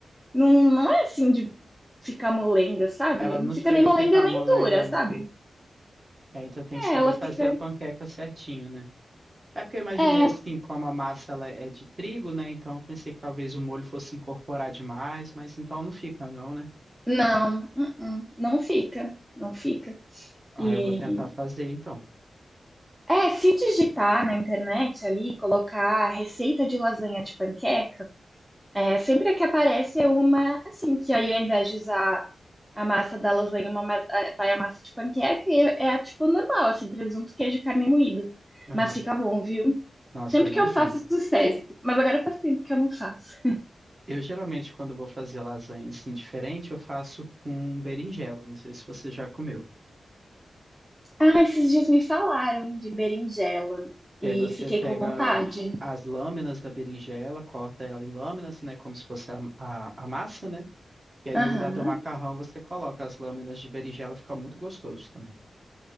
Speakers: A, in the centre; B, on the right (about 20°).
A: não, não é assim de ficar molenga, sabe?
B: Ela
A: Não
B: não
A: fica
B: chega
A: nem molenga
B: a ficar
A: nem
B: molenga,
A: dura,
B: não,
A: sabe?
B: né? É, então tem
A: É,
B: que saber
A: ela
B: fazer
A: fica.
B: a panqueca certinho, né? É porque eu imaginei
A: É,
B: assim, como a massa ela é de trigo, né? Então eu pensei que talvez o molho fosse incorporar demais, mas então não fica, não, né?
A: não, uh-uh, não fica, não fica.
B: Ah,
A: E
B: eu vou tentar fazer então.
A: É, se digitar na internet ali, colocar receita de lasanha de panqueca, é, sempre a que aparece é uma, assim, que aí ao invés de usar a massa da lasanha, uma, ma- é, vai a massa de panqueca e é, é tipo normal, assim, presunto, queijo, carne moída.
B: Aham.
A: Mas fica bom, viu?
B: Nossa,
A: Sempre
B: eu imagino.
A: que eu faço, sucesso. Mas agora faz tempo que eu não faço.
B: Eu geralmente, quando vou fazer lasanha assim diferente, eu faço com berinjela. Não sei se você já comeu.
A: Ah, esses dias me falaram de berinjela e
B: E aí você
A: fiquei
B: pega
A: com vontade.
B: as lâminas da berinjela, corta ela em lâminas, né? Como se fosse a, a, a massa, né? E aí,
A: Aham.
B: no lugar do macarrão, você coloca as lâminas de berinjela, fica muito gostoso também.